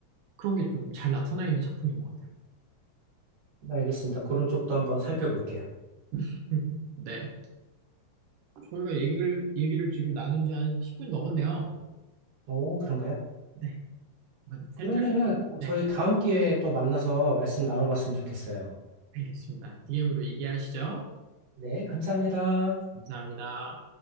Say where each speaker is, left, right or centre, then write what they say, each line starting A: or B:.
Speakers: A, on the right; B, on the right.
A: 그런 게 좀 잘 나타나 있는 작품인 것 같아요.
B: 알겠습니다. 그런 쪽도 한번 살펴볼게요.
A: <laughs> 네, 저희가 얘기를, 얘기를 지금 나눈 지한 10분이 넘었네요.
B: 오, 그런가요?
A: 네, 한번 살짝,
B: 그러면은
A: 네,
B: 저희 다음 기회에 또 만나서 말씀 나눠봤으면 좋겠어요.
A: 알겠습니다. DM으로 얘기하시죠.
B: 네, 감사합니다.
A: 감사합니다.